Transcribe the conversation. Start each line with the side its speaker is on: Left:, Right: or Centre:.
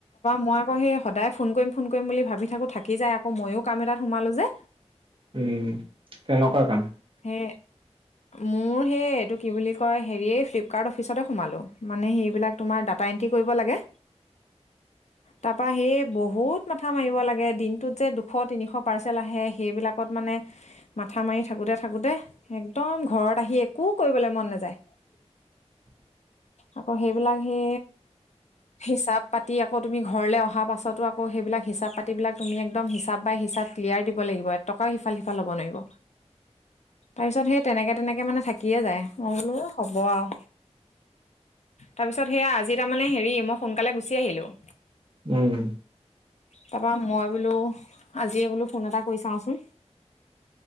Left: মই আকৌ সেই সদায় ফোন কৰিম ফোন কৰিম বুলি ভাবি থাকো থাকি যায় আকৌ, মইও কাম এটাত সোমালো যে।
Right: উম। কেনেকুৱা কাম?
Left: এ মোৰ সেই এইটো কি বুলি কয় হেৰি ফ্লিপকাৰ্ট অফিচতে সোমালো। মানে সেইবিলাক তোমাৰ দ এন্ট্ৰি কৰিব লাগে
Right: <inaudible>
Left: তাৰ পৰা সেই বহুত মাথা মাৰিব লাগে। দিন টোত যে দুশ তিনিশ পাৰ্চেল আহে, সেইবিলাকত মানে মাথা মাৰি থাকোঁতে থাকোঁতে একদম দম ঘৰত আহি একো কৰিবলৈ মন নাযায়।
Right: <inaudible>
Left: আকৌ সেইবিলাক সি হিচাপ পাতি আকৌ তুমি ঘৰলে অহা পাছতো আকৌ সেইবিলাক হিচাপ পাতিবলাক তুমি একদম হিচাপ বাই হিচাপ ক্লিয়াৰ দিব লাগিব। এটকাও ইফাল-সিফাল হ'ব নোৱাৰিব। তাৰপিছত সেই তেনেকে তেনেকে মানে থাকিয়ে যায়, মই বোলো হ'ব আৰু। তাৰপিছত সেয়া আজি তাৰমানে হেৰি মই সোনকালে গুচি আহিলো।
Right: উম।
Left: তাপৰ মই বোলো আজিয়ে বোলো ফোন এটা কৰি চাওচোন।